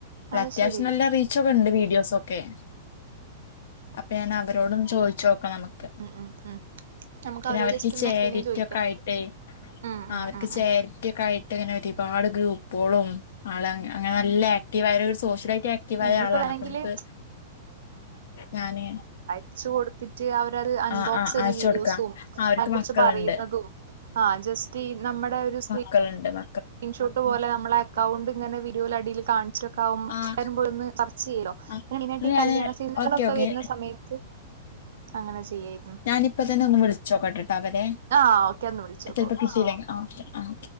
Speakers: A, on the left (about 65°); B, on the right (about 80°).
A: ഒരത്യാശ്യം
B: അത് ശരി
A: നല്ല റീ ച്ചൊകണ്ട് വീഡിയോസൊക്കെ അപ്പെ ഞാനവരോടൊന്ന് ചോയിച്ചോക്ക നമ്ക്ക്
B: ഉ ഉ ഉം നമുക്ക്
A: പിന്നവര്ക്ക്
B: അവരോട് ജസ്റ്റ് ഒന്ന്
A: ചേരിറ്റിയൊക്കാ
B: ഒപ്പീനിയൻ ചോദിക്കാം
A: യിട്ടെ
B: ഉം ഉം
A: ആവര്ക്ക്
B: ഉം
A: ചേര്
B: ഉം
A: റ്റിയൊക്കായിട്ട് ങ്ങനെരിപാട് ഗ്രൂപൊളും ആള് അങ് അങ്ങനല്ലെ റ്റീവായൊരു സോഷ്യലായിറ്റാ ക്റ്റീവായ
B: ഉം ഇപ്പൊ
A: ആളാണ്
B: വേണെങ്കില്
A: അപ്പംക്ക് ഞാന്
B: ച്ച് കൊടുത്തിറ്റ് അവരത് അൺബോക്സ്
A: ആഹ് ആഹ്
B: യ്യുന്ന
A: അയച്ചു
B: വീഡിയോസും
A: കൊടുക്കാം ആ അവർക്ക്
B: <unintelligible> കുർച്ച്
A: മക്കളുണ്ട്
B: പറീന്നതു ആ ജസ്റ്റി നമ്മടെ ഒരു സ്ക്രീ
A: ക്കൽണ്ട് മ
B: ഇൻഷൂട്ട് പോലെ നമ്മളെ എക്കൗണ്ട് ങ്ങന വീഡിയോല ടീല് കാൺച്ച്ട്ടൊക്കാമ്പോ
A: ആഹ്
B: ലാരും പോയൊന്ന് സർച്ചെയ്യിലൊ
A: ആഹ്
B: <unintelligible> ഈ
A: ഞാന്
B: കല്യാണ സീന്കളൊക്ക
A: ഓക്കെ ഓക്കെ
B: വെര്ന്ന സമയത്ത് അങ്ങന ചെയ്യായി
A: ഞാനിപ്പ തന്നെ ഒന്ന് വ്ൾച്ചോക്കട്ടട്ടോ അവരേ
B: ആഹ് ഓക്കെ ഒന്ന് വിളിച്ചോക്ക്
A: അ ചെൽപ്പകിട്ടീല്ലെ
B: ഓക്കെ ശരി
A: ആ കെ ആഹ്